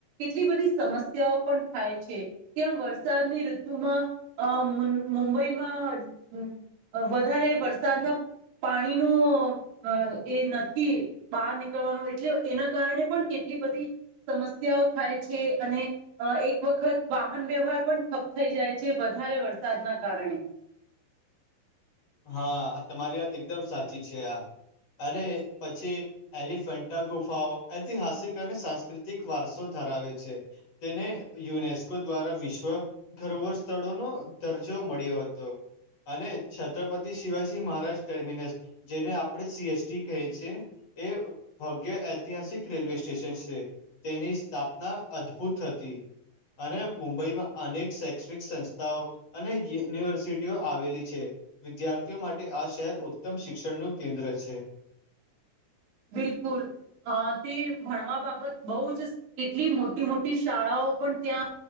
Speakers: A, on the right; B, on the left.
A: એટલી બધી સમસ્યાઓ પણ થાય છે ત્યાં વરસાદની ઋતુમાં અ મુંબઈમાં વધારે વરસાદના પાણીનું અ એ નથી બહાર નીકળવાનું એટલે એના કારણે પણ કેટલી બધી સમસ્યાઓ થાય છે અને અ એક વખત વાહન વ્યવહાર પણ ઠપ્પ થઈ જાય છે વધારે વરસાદના કારણે
B: હા તમારી વાત એકદમ સાચી છે આ અને પછી એલિફન્ટા ગુફાઓ ઐતિહાસિક અને સાંસ્કૃતિક વારસો ધરાવે છે તેને યુનેસ્કો દ્વારા વિશ્વ ઘરોવર સ્થળોનો દરજો મળ્યો હતો અને છત્રપતિ શિવાજી મહારાજ ટર્મિનસ જેને આપડણે સીએસટી કહે છે એ ભાગ્ય ઐતિહાસિક રેલવે સ્ટેશન છે તેની સ્થાપના અદભુત હતી અને મુંબઈમાં અનેક શૈક્ષણિક સંસ્થાઓ અને યુનિવર્સિટીઓ આવેલી છે વિદ્યાર્થીઓ માટે આ શહેર ઉત્તમ શિક્ષણનું કેન્દ્ર છે
A: બિલકુલ અ તે ભણવા બાબત બહ જ કેટલી મોટી મોટી શાળાઓ પણ ત્યાં.